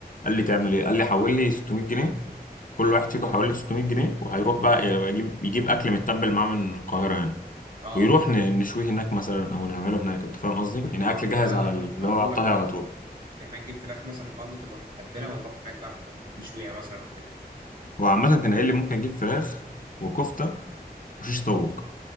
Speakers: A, on the left; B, on the right.
A: قال لي تعمل ايه قال لي حول لي 600 جنيه كل واحد فيكم حول لي 600 جنيه وهيروح بقى يبقى يجيب يجيب اكل متبل معاه من القاهره يعني
B: اه
A: ويروح ن... نشويه هناك مثلا او نعمله هناك انت فاهم قصدي يعني
B: اه
A: اكل جاهز
B: ما ده اللي
A: على
B: كنت
A: ال- اللي
B: هقوله
A: هو على الطهي
B: لك برضه
A: على طول
B: إن احنا نجيب فراخ مثلا برضه تبقى متبله ونروح هناك بقى نشويها مثلا وكده
A: هو عامه كان قايل لي ممكن اجيب فراخ وكفته وشيش طاووق